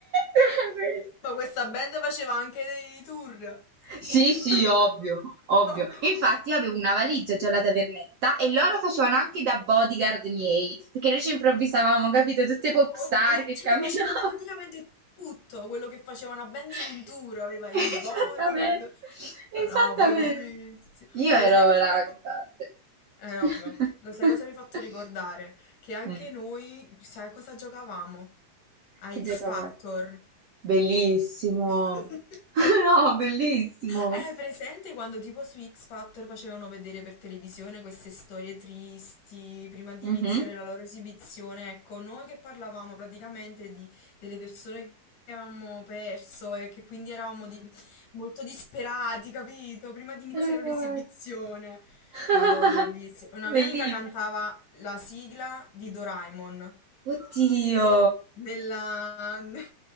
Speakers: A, on the right; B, on the left.
A: Solo quella.
B: Ma questa band faceva anche dei tour.
A: Sì,
B: <laughs>
A: sì, ovvio, ovvio.
B: Ok.
A: Infatti io avevo una valigia già alla tavernetta e loro facevano anche da bodyguard miei, perché noi ci improvvisavamo, capito? Tutte pop star
B: Oddio,
A: che
B: cioè
A: camminavano.
B: facevate praticamente tutto quello che faceva una band
A: <laughs>
B: in un tour, aveva i
A: Esattamente,
B: bodyguard.
A: esattamente.
B: No, bellissimo.
A: Io
B: Lo
A: ero
B: sai cosa
A: la
B: mi ha fatto?
A: cantante.
B: Eh,
A: <laughs>
B: ovvio. Lo sai cosa mi ha fatto ricordare? Che anche
A: Eh,
B: noi, sai cosa giocavamo? A
A: Che
B: X
A: giocavate?
B: Factor.
A: Bellissimo.
B: Eh,
A: <laughs> No, bellissimo.
B: Hai presente quando tipo su X Factor facevano vedere per televisione queste storie tristi prima di
A: Mhm.
B: iniziare la loro esibizione? Ecco, noi che parlavamo praticamente di, delle persone che avevamo perso e che quindi eravamo di- molto disperati, capito? Prima di iniziare
A: Eravamo-
B: un'esibizione.
A: <laughs>
B: Madò, bellissimo. Una
A: Bellissimo.
B: mia amica cantava la sigla di Doraemon.
A: Oddio.
B: Nella... <laughs>